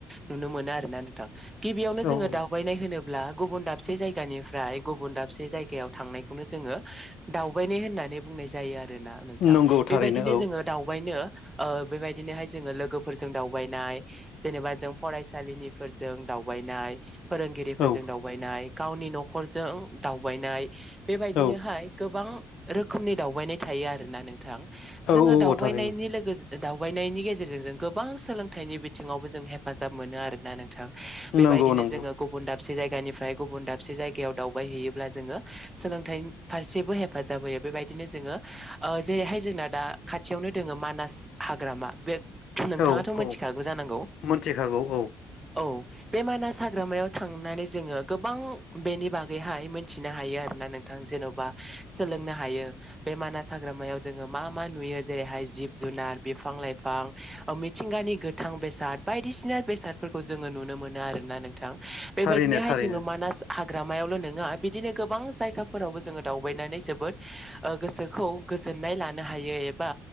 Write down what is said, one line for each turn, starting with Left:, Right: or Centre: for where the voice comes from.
Right: नुनो मोनो आरोना नोंथां। गिबियावनो
Left: औ
Right: जोङो
Left: औ
Right: दावबायनाय होनोब्ला गुबुन दाबसे जायगानिफ्राय गुबुन दाबसे जायगायाव थांनायखौनो जोङो दावबायनाय होननानै बुंनाय जायो आर रोना नोंथां
Left: नंगौ
Right: बेबायदिनो
Left: थारैनो औ
Right: जोंङो दावबायनो ओ बेबायदिनोहाय जोंङो लोगोफोरजों दावबायनाय जेनेबा जों फरायसालिनि फोरजों दावबायनाय फोरोंगिरिफोरजों
Left: औ
Right: दावबायनाय गावनि न'खरजों दावबायनाय बेबायदि
Left: औ
Right: नोहाय गोबां रोखोमनि दावबायनाय थायो आरोना नोंथां जोंङो
Left: औ औ
Right: दावबायनायनि
Left: औ थारैनो
Right: लोगो जो दावबायनायनि गेजेरजों जों गोबां सोलोंथाइनि बिथिंङावबो जों हेफाजाब मोनो आरोना नों थां बेबायदिनो
Left: नंगौ नंगौ
Right: जोंङो गुबुन दाबसे जायगानिफ्राय गुबुन दाबसे जायगायाव दावबायहैयोब्ला जोंङो सोलोंथाइ फारसेबो हेफाजाब होयो बेबायदिनो जोंङो जेरैहाय जोंना दा खाथियावनो दोंङो मानास हाग्रामा बे नोंथांङाथ'
Left: औ
Right: मिथिखागौ
Left: औ
Right: जानांगौ
Left: मोनथिखागौ औ
Right: औ बे मानास हाग्रामायाव थांनानै जोंङो गोबां बेनि बागैहाय मिथिनो हायो आरोना नोंथां जेन'बा सोलोंनो हायो मानास हाग्रामायाव जोंङो मा मा नु जेरैहाय जिब जुनार बिफां लाइफां मिथिंगानि नि गोथां बेसाद बायदिसिना बेसादफोरखौ जोंङो नुनो मोनो आरोना नोंथां बेबायदिनोहाय
Left: थारैनो थारैनो
Right: जोंङो मानास हाग्रामायावल' नङा बिदिनो गोबां जायगाफोरावबो जोंङो दावबायनानै जोबोद गोसोखौ गोजोननाय लानो हायो एबा